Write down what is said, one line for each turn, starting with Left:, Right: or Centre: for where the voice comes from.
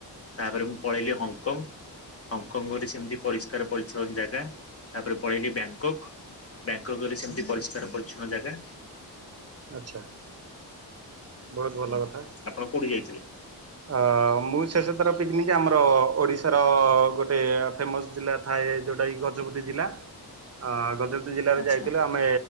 Left: ତାପରେ ମୁଁ ପଳେଇଲି ହଂକଂ ହଂକଂରେ ସେମିତି ପରିଷ୍କାର ପରିଚ୍ଛନ୍ନ ଜାଗା ତାପରେ ପଳେଇଲି ବ୍ୟାଙ୍କଙ୍ଗ ବ୍ୟାଙ୍କଙ୍ଗ ଗଲେ ସେମିତି ପରିଷ୍କାର ପରିଚ୍ଛନ୍ନ ଜାଗା।
Right: ଆଚ୍ଛା। ବହୁତ ଭଲ
Left: ହଁ
Right: କଥା।
Left: ଆପଣ କୋଉଠି ଯାଇଥିଲେ?
Right: ଅ ମୁଁ ଶେଷଥର ପିକନିକ୍ ଆମର ଓଡ଼ିଶାର ଗୋଟେ ଫେମସ ଜିଲ୍ଲା ଥାଏ। ଯୋଉଟା କି ଗଜପତି ଜିଲ୍ଲା ଅ ଗଜପତି ଜିଲ୍ଲାରେ
Left: ଆଚ୍ଛା
Right: ଯାଇଥିଲୁ ଆମେ